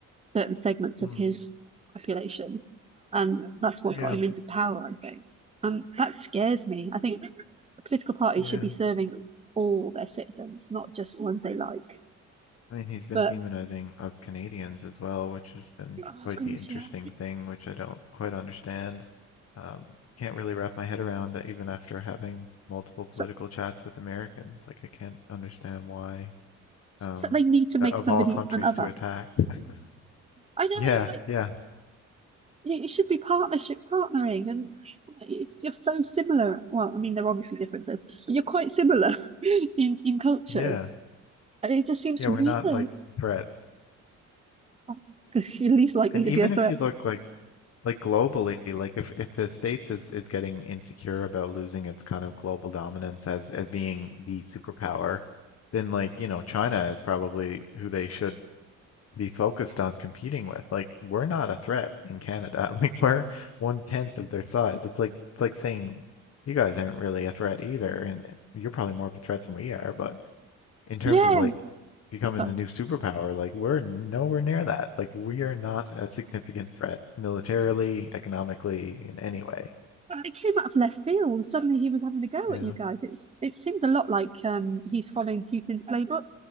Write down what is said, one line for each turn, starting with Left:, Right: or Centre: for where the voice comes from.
Right: certain segments
Left: mm.
Right: of his population. And that's what
Left: Yeah,
Right: got him into power, I think. And that scares me. I think a political party
Left: yeah.
Right: should be serving all their citizens, not just the ones they like.
Left: I mean, he's been
Right: But
Left: demonizing us Canadians as well, which has been
Right: oh
Left: quite
Right: god,
Left: the interesting
Right: yeah.
Left: thing, which I don't quite understand. Um, can't really wrap my head around that even after having multiple political
Right: So,
Left: chats with Americans. Like, I can't understand why, um,
Right: so they need to make
Left: o- of
Right: somebody
Left: all countries
Right: an other.
Left: to attack. <laughs>
Right: I know
Left: Yeah,
Right: you're like
Left: yeah,
Right: you- it should be partnership partnering and it's you're so similar. Well, I mean there are obviously differences, but you're quite similar <laughs> in, in cultures.
Left: yeah,
Right: And it just seems
Left: yeah,
Right: weird.
Left: we're not like threat.
Right: Oh, 'cause You're least likely
Left: And
Right: to
Left: even
Right: be a threat.
Left: if you look like like globally, like if if the States is is getting insecure about losing its kind of global dominance as as being the superpower, then like, you know, China is probably who they should be focused on competing with. Like we're not a threat in Canada. <laughs> Like we're one tenth of their size. It's like it's like saying you guys aren't really a threat either, and you're probably more of a threat than we are, but in terms
Right: Yeah,
Left: of like becoming
Right: So
Left: the new superpower, like we're nowhere near that. Like we are not a significant threat militarily, economically, in any way.
Right: it came out of left field, and suddenly he was having a go
Left: Yeah.
Right: at you guys. It's it seemed a lot like um, he's following Putin's playbook.